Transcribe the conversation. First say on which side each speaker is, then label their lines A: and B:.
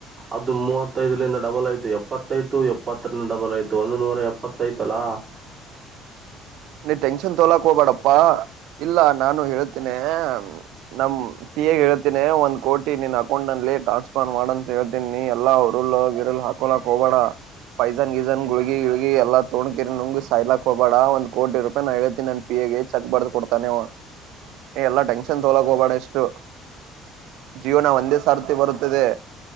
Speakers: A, on the right; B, on the right.
A: ಅದು ಮೂವತ್ತೈದಲಂದ ಡಬಲ್ ಆಯ್ತು ಎಪ್ಪತ್ತೈತು ಎಪ್ಪತ್ತರಿಂದ ಡಬಲ್ ಆಯ್ತು ಒಂದು ನೂರ ಎಪ್ಪತ್ತೈತಲ್ಲಾ ಹಾ <unintelligible>
B: ನೀ ಟೆನ್ಷನ್ ತೋಲಾಕ್ ಹಬೇಡಪ್ಪಾ ಇಲ್ಲ ನಾನು ಹೇಳ್ತೇನೆ ನಮ ಪಿ ಎಗ್ ಹೇಳ್ತೇನೆ ಒಂದ್ ಕೋಟಿ ನೀನ್ ಹ ಹಾಕೊಂಡಲ್ಲಿ ಟಾನ್ಸ್ಫಾನ್ ಮಾಡ ಅಂತ ಹೇಳ್ತೀನಿ ಎಲ್ಲಾ ಉುರುಳ್ಳ ಗಿರು ಹಾಕಳಾಕ್ ಹೋಗಬೇಡ ಪೈಜನ್ ಗಿಜನ್ ಗುಗಿುಗಿ ಎಲ್ಲ ತೋ್ ಕಿರಿ ನುಂಗಿ ಸಾಯಲಾಕ್ ಹೋಗಬೇಡ ಒಂದ ಕೋಟಿ ರೂಪಾಯಿ ನಾ ಹೇಳ್ತೀನಿ ನನ್ ಪಿ ಗೆ ಚಕ್ ಬರ್ದ್ ಕೊಡ್ತಾನೆ ಏ ಎಲ್ಲಾ ಟೆನ್ಷನ್ ತೊಲಕ್ ಹೋಗ್ಬೇಡ ಎಷ್ಟು ಜೀವನ ಒಂದೇ ಸಾರ್ತಿ ಬರುತ್ತದೆ